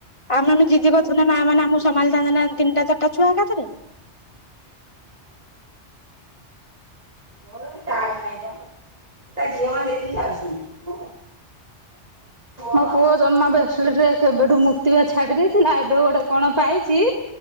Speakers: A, on the left (about 25°); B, on the right (about 35°).
A: ଆମେ ଏମିତି ଜିଦି କରୁଥିଲେ ମା ମାନେ ଆମକୁ ସମାଳିିଥାନ୍ତେନା ତିନିଟା ଚାରିଟା ଛୁଆ ଏକାଥରେ।
B: ମୋର ଟାଇମ ନାହିଁ ପା ଏ ଝିଅ ମାନେ ଦେଖକି ଯାଉଛନ୍ତି। ମୋ ପୁଅ ଜମା ବେଡସିଟରେ କେବେଠୁ ମୁତିିବା ଛାଡ଼ି ଦେଇଥିଲା ଏବେ ଗୋଟେ କଣ ପାଇଚି